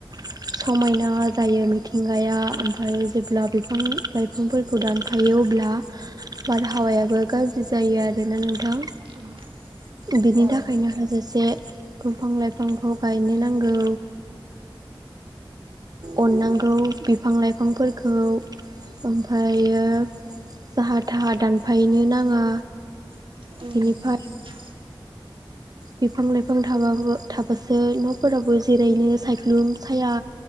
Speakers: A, on the right; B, on the right.
A: समायना जायो मिथिंगाया ओमफ्राय जेब्ला बिफां लाइफांफोरखौ दानफायो अब्ला बारहावायाबो गाज्रि जायो आरोना नोंथां।
B: <unintelligible>
A: बेनि
B: औ
A: थाखाय लोगोसे दंफां लाइफांखौ गायनो नांगौ। अननांगौ बिफां लाइफांफोरखौ ओमफ्रायो जाहा थाहा दानफायनो नाङा
B: उम
A: बिनिफ्राय बिफां लाइफां थाबाबो थाबासो न'फोराबो जेरैनो सायख्लुम साया